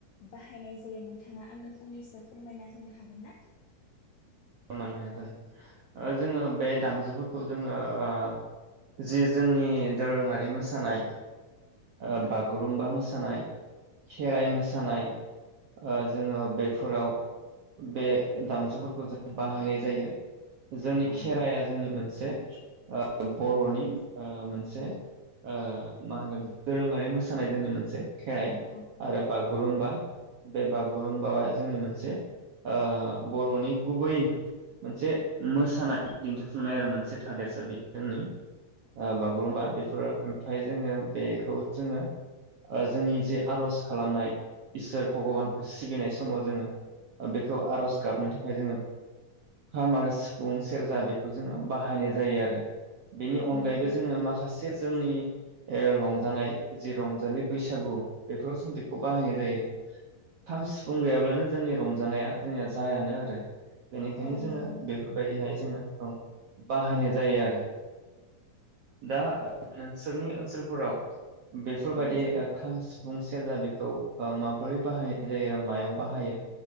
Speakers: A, on the left; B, on the right.
A: बाहायनाय जायो नोंथाङा आंनो फंनैसो फोरमायना होनो हागोन ना?
B: मानो हाया जानो? जोङो बे दामजुफोर खौ जोङो ओ जि जोंनि दोरोङारि मोसानाय ओ बागु गुरुम्बा
A: औ
B: मोसानाय खेराइ मोसानाय ओ जोङो बेफोराव बे दामजुफोरखौ जों बाहायनाय जायो। जोंनि
A: औ
B: खेराया जोंनि मोनसे से ओ बर'नि ओ मोनसे ओ मा होनगोन बेखौ दोरोङारि मोसानाय जोंनि मोनसे। खेेराइ
A: औ औ
B: आरो बागु गुरुमबा। बे बागुरुम्बाया जोंनि मोनसे ओ बर'नि गुबै मोनसे मोसानाय दिन्थिफुंनाय आरो मोनसे थादेरसा बि जोंनि। बागुरुमबा
A: औ
B: बेफोरो ओमफ्राय जोङो बेखौ जोङो जोंनि जे आरज खालामनाय। इसोर भगबानखौ
A: औ
B: सिबिनाय समाव जोङो बेखौ आर'ज गाबनो थाखाय जोङो खाम आरो सिफुं, सेरजा बेखौ जोङो बाहायनाय जायो आरो। बेनि
A: औ
B: अनगायैबो
A: नंगौ
B: जोङो माखासे जे जोंनि ओ रंजानाय जि रंजालि बैसागु बेफोराव जों बेखौ बाहायनाय जायो। खाम सिफुं गैयाब्लानो जोंनि रंजानाया जोंनिया जायानो आरो। ओंखायनो
A: औ
B: जोङो
A: नंगौ नोंथां
B: बेफोरबायदिहाय जोङो औ। बाहायनाय जायो आरो। दा नोंसोरनि ओनसोलफोराव बेफोरबायदि
A: औ
B: ओ खाम, सि फुं, सेरजा बेखौ माब्रै बाहानाय जायो मायाव‌ बाहायो